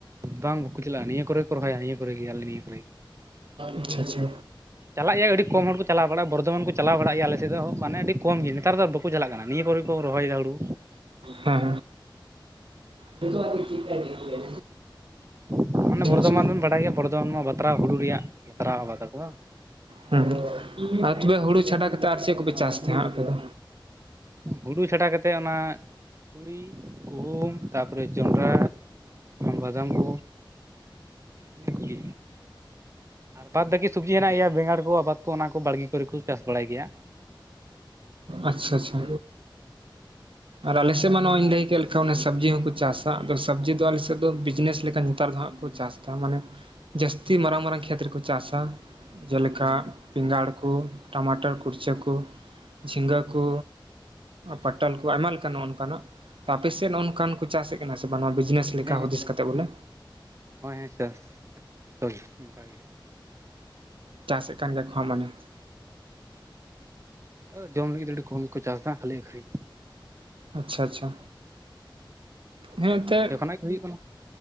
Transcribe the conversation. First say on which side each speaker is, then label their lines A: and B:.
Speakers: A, on the right (about 35°); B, on the right (about 85°).
A: ᱵᱟᱝ ᱵᱟᱠᱚ ᱪᱟᱞᱟᱜᱼᱟ ᱱᱤᱭᱟᱹ ᱠᱚᱨᱮ ᱠᱚ ᱨᱚᱦᱚᱭᱟ ᱱᱤᱭᱟᱹ ᱠᱚᱨᱮ ᱜᱮ ᱟᱞᱮ ᱱᱤᱭᱟᱹ ᱠᱚᱨᱮ
B: ᱟᱪᱪᱷᱟ ᱟᱪᱷᱟ᱾
A: ᱪᱟᱞᱟᱜ ᱜᱮᱭᱟ ᱟᱹᱰᱤ ᱠᱚᱢ ᱦᱚᱲ ᱠᱚ ᱪᱟᱞᱟᱣ ᱵᱟᱲᱟᱜᱼᱟ ᱵᱚᱨᱫᱚᱢᱟᱱ ᱠᱚ ᱪᱟᱞᱟᱣ ᱵᱟᱲᱟᱜ ᱜᱮᱭᱟ ᱟᱞᱮᱥᱮᱫ ᱦᱚᱸ ᱢᱟᱱᱮ ᱟᱹᱰᱤ ᱠᱚᱢ ᱜᱮ ᱱᱮᱛᱟᱨ ᱫᱚ ᱵᱟᱠᱚ ᱪᱟᱞᱟᱜ ᱠᱟᱱᱟ ᱱᱤᱭᱟᱹ ᱠᱚᱨᱮ ᱠᱚ ᱨᱚᱦᱚᱭᱮᱫᱟ ᱦᱩᱲᱩ᱾
B: ᱦᱮᱸ ᱦᱮᱸ ᱱᱤᱛᱳᱜ ᱦᱟᱵᱤᱡ᱾ ᱟᱪᱷᱟ
A: ᱢᱟᱱᱮ ᱵᱚᱨᱫᱷᱚᱢᱟᱱ
B: ᱪᱷᱟ <inaudible>
A: ᱵᱮᱱ ᱵᱟᱰᱟᱭ ᱜᱮᱭᱟ ᱵᱚᱨᱫᱷᱚᱢᱟᱱ ᱢᱟ ᱵᱟᱛᱨᱟᱣ ᱦᱩᱲᱩ ᱨᱮᱭᱟᱜ ᱵᱟᱛᱨᱟᱣ ᱟᱵᱟᱫ ᱟᱠᱚ ᱵᱟᱝ
B: ᱦᱚᱸ ᱟᱨ ᱛᱚᱵᱮ ᱦᱩᱲᱩ ᱪᱷᱟᱰᱟ ᱠᱟᱛᱮᱫ ᱟᱨ ᱪᱮᱫ ᱠᱚᱯᱮ ᱪᱟᱥ ᱛᱟᱦᱮᱸ ᱟᱯᱮ ᱫᱚ᱾
A: ᱦᱩᱲᱩ ᱪᱷᱟᱰᱟ ᱠᱟᱛᱮᱫ ᱚᱱᱟ ᱛᱩᱲᱤ ᱜᱩᱦᱩᱢ, ᱛᱟᱯᱚᱨᱮ ᱡᱚᱱᱰᱨᱟ ᱵᱟᱫᱟᱢ ᱠᱚ᱾ ᱤᱭᱟᱹ ᱠᱚᱜᱮ ᱟᱨ ᱵᱟᱫ ᱵᱟᱹᱠᱤ ᱥᱚᱵᱽᱡᱤ ᱦᱮᱱᱟᱜ ᱜᱮᱭᱟ ᱵᱮᱸᱜᱟᱲ ᱠᱚ ᱟᱵᱟᱫ ᱠᱚ ᱚᱱᱟ ᱠᱚ ᱵᱟᱲᱜᱮ᱾ ᱠᱩ ᱨᱮ ᱠᱚ ᱪᱟᱥ ᱵᱟᱲᱟᱭ ᱜᱮᱭᱟ᱾
B: ᱟᱪᱪᱷᱟ ᱟᱪᱪᱷᱟ,
A: <unintelligible>
B: ᱟᱨ ᱟᱞᱮᱥᱮᱫ ᱢᱟ ᱱᱚᱜᱧ ᱞᱟᱹᱭ ᱠᱮᱫ ᱞᱮᱠᱟᱱᱡ ᱚᱱᱟ ᱥᱚᱵᱽᱡᱤ ᱦᱚᱸᱠᱚ ᱪᱟᱥᱟ ᱟᱫᱚ ᱥᱚᱵᱽᱡᱤ ᱫᱚ ᱟᱞᱮᱥᱮᱫ ᱫᱚ ᱵᱤᱡᱽᱱᱮᱥ ᱞᱮᱠᱟ ᱱᱮᱛᱟᱨ ᱫᱚ ᱦᱟᱜ ᱠᱚ ᱪᱟᱥᱟ᱾ ᱢᱟᱱᱮ ᱡᱟᱹᱥᱛᱤ ᱢᱟᱨᱟᱝ ᱢᱟᱨᱟᱝ ᱠᱷᱮᱛ ᱨᱮᱠᱚ ᱪᱟᱥᱟ ᱡᱮᱞᱮᱠᱟ ᱵᱮᱸᱜᱟᱲ᱾ ᱴᱟᱢᱟᱴᱟᱨ ᱠᱩᱲᱪᱟᱹ ᱠᱚ ᱡᱷᱤᱸᱜᱟᱹ ᱠᱚ᱾ ᱯᱟᱚᱴᱚᱞ ᱠᱚ ᱟᱭᱢᱟ ᱞᱮᱠᱟ ᱱᱚᱜ ᱱᱚᱝᱠᱟᱱᱟᱜ ᱟᱯᱮᱥᱮᱫ ᱱᱚᱜ᱾ ᱱᱚᱝᱠᱟᱱ ᱠᱚ ᱪᱟᱥᱮᱫ ᱠᱟᱱᱟ ᱥᱮ ᱵᱤᱡᱽᱱᱮᱥ ᱞᱮᱠᱟ
A: ᱦᱮᱸ
B: ᱦᱩᱫᱤᱥ
A: ᱟᱪᱪᱷᱟ
B: ᱠᱟᱛᱮ ᱵᱚᱞᱮ,
A: ᱦᱳᱭ ᱦᱮᱸ ᱪᱟᱥ ᱵᱟᱠᱷᱟᱡ ᱫᱚ ᱡᱚᱛᱚᱜ ᱜᱮ ᱚᱱᱠᱟᱜ ᱜᱮ,
B: ᱪᱟᱥᱮᱫ ᱠᱟᱱ ᱜᱮᱭᱟ ᱠᱚ ᱢᱟᱱᱮ᱾
A: ᱱᱮᱛᱳᱜ ᱫᱚ ᱡᱚᱢ ᱞᱟᱹᱜᱤᱫ ᱫᱚ ᱟᱹᱰᱤ ᱠᱚᱢ ᱠᱚ ᱪᱟᱥᱟ ᱠᱷᱟᱹᱞᱤ ᱟᱠᱷᱨᱤᱧ,
B: ᱟᱪᱪᱷᱟ ᱟᱪᱪᱷᱟ ᱦᱮᱸ ᱮᱱᱛᱮᱫ
A: ᱟᱨ ᱚᱸᱰᱮ ᱠᱷᱚᱱᱟᱜ ᱜᱮ ᱦᱩᱭᱩᱜ ᱠᱟᱱᱟ